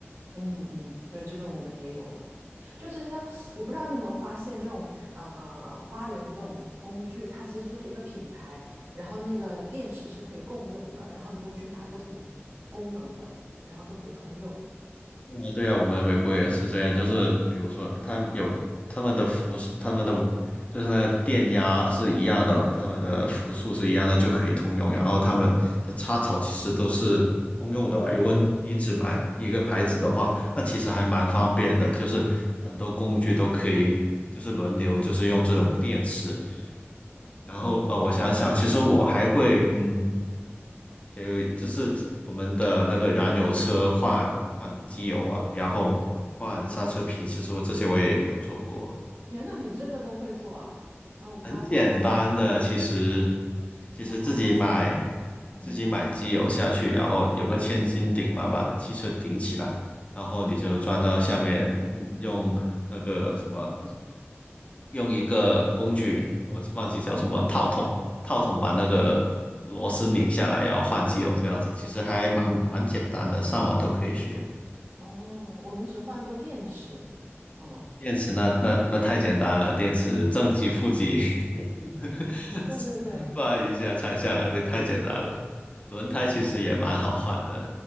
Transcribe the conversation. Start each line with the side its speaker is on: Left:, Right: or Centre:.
Right: 嗯嗯，对，这个我们也有的。就其实它，我不知道你有没有发现，这种呃花园这种工具，它其实就是一个品牌，然后那个电池是可以共用的，然后你就会去买不同功能的，然后都可以通用。
Left: 呃，对啊，我们美国也是这样，就是比如说，他们有他们的伏，他们的就是那个电压是一样的，他们的伏数是一样的，就可以通用。然后他们的插槽其实都是通用的吧？如果你只买一个牌子的话，那其实还蛮方便的，就是很多工具都可以，就是轮流，就是用这种电池。然后呃，
Right: 嗯
Left: 我想想，其实我还会嗯，给就是我们的那个燃油车换换机油啊，然后换刹车皮，
Right: 嗯，
Left: 其实我这些我也有做过。
Right: 天呐，你这个都会做啊？哎，我们还要花好几刀，
Left: 很简单的，其实其实自己买
Right: 还要花好几刀弄。嗯
Left: 自己买机油下去，然后有个千斤顶嘛，把汽车顶起来，然后你就装到下面，
Right: 嗯嗯
Left: 嗯，用那个什么，用一个工具，我忘记叫什么套筒，套筒把那个螺丝拧下来，
Right: 嗯嗯，
Left: 然后换机油这样子，其实还蛮蛮简单的，上网都可以学。
Right: 哦，我们只换过电池，嗯。
Left: 电池那那那太简单了，
Right: 就
Left: 电池正极负极，<laughs>
Right: 对对对，
Left: 转一下拆下来，这太简单了。轮胎其实也蛮好换的，
Right: 嗯，